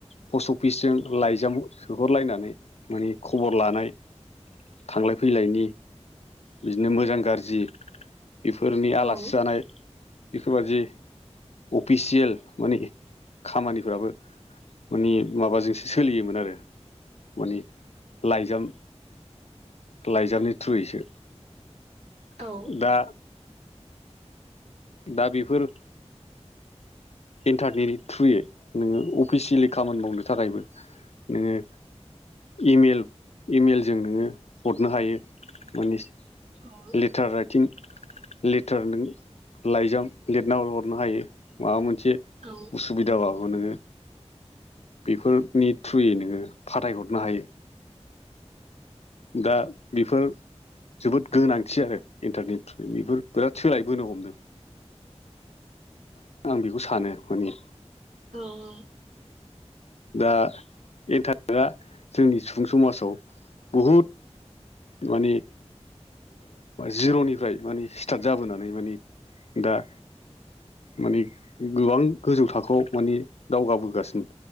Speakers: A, on the left; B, on the right.
A: पस्ट अफिसजों लाइजाम सोहरलायनानै माने खबर लानाय थांलाय फैलायनि बिदिनो मोजां गाज्रि बेफोरनि आलासि
B: नंगौ
A: जानाय बेफोरबादि स्पिसियेल माने खामानिफ्राबो मानि माबाजों सोलियोमोन आरो माने लाइजाम लाइजामनि थ्रुयसो
B: औ
A: दा दा बेफोर इन्टारनेटनि थ्रुयै नोङो अफिसियेलि खामानि मावनो थाखायबो नोङो इमेल इमेलजों नोङो हरनो हायो माने
B: औ
A: लेटार राइट थिं लिटार नों लाइजाम लिरनानै हरनो हायो माबा मोन एसे
B: औ
A: उसुबिदा बाबो नोङो बेफोरनि थ्रुयै नोङो फाथायहरनो हायो दा बेफोर जोबोद गोनांथि आरो इन्टारनेट बेफोर बिराद सोलायबोनो हमदों आं बेखौ सानो माने
B: औ औ
A: दा एन्टारेटआ जोंनि सुबुं समाजाव बुहुद माने जिर'निफ्राय माने स्टार्ट जाबोनानै माने दा माने गोबां गोजौ थाखोआव माने दावगाबोगासिनो।